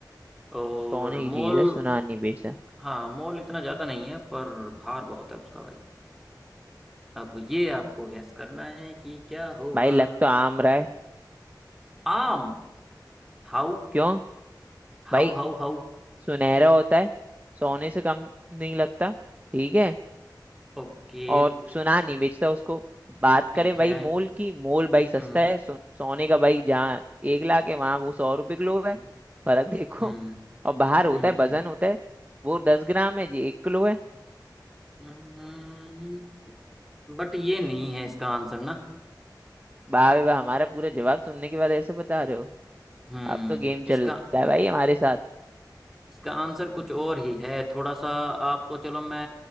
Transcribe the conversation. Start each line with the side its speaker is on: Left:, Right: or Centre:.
Centre: और
Right: सोने की चीज
Centre: मोल
Right: है सुनार नहीं बेचता
Centre: हाँ मोल इतना ज्यादा नहीं है पर भार बहुत है उसका भाई अब ये आपको गैस करना है कि क्या होगा
Right: भाई लग तो आम रहा है
Centre: आम How
Right: क्यों
Centre: how
Right: भाई
Centre: how How
Right: सुनहरा होता है सोने से कम नहीं लगता ठीक है
Centre: Okay
Right: और सुनार नहीं बेचता उसको बात
Centre: ठीक
Right: करें भाई
Centre: है
Right: मोल की मोल भाई सस्ता
Centre: हम्म
Right: है सो, सोने का भाई जहाँ एक लाख है वहां वो सौ रुपए किलो है
Centre: हम्म
Right: फर्क देखो
Centre: हम्म
Right: और बाहर होता
Centre: हम्म
Right: है वजन होता है वो दस ग्राम है जी एक किलो है
Centre: हम्म, बट ये नहीं है इसका आंसर ना
Right: वाह भाई वाह हमारा पूरा जवाब सुनने के बाद ऐसे बता रहे हो
Centre: हम्म
Right: अब तो गेम
Centre: इसका
Right: चल रहा है भाई हमारे साथ
Centre: इसका आंसर कुछ और ही है थोड़ा सा आपको चलो मैं